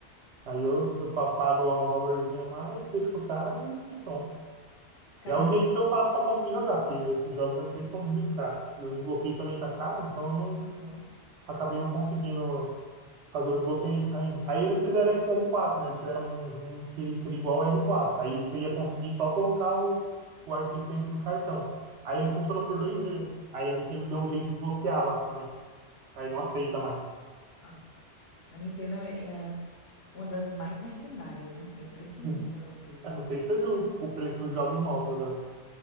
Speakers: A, on the right (about 65°); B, on the left (about 60°).
A: Aí eu, eu fa- pago lá um valorzinho a mais, deixo com o cara e, e pronto.
B: Cara,
A: E é o
B: mas.
A: jeito que eu faço para conseguir jogar, porque os jogos na Nintendo são muito caros. E o desbloqueio também tá caro, então eu não
B: Aham.
A: acabei não conseguindo fazer o desbloqueio ainda. Aí eles fizeram esse R4, né? Eles fizeram um, um que seria igual ao R4. Aí você ia conseguir só colocar o, o arquivo dentro do cartão. Aí ele funcionou por dois meses. Aí a Nintendo deu um jeito de bloquear lá também. Aí não aceita mais.
B: Ah, a Nintendo é é uma das mais mercenárias, né? É impressionante
A: <laughs>
B: o negócio desse,
A: Eu
B: velho.
A: não sei se você viu o preço dos jogos novos agora.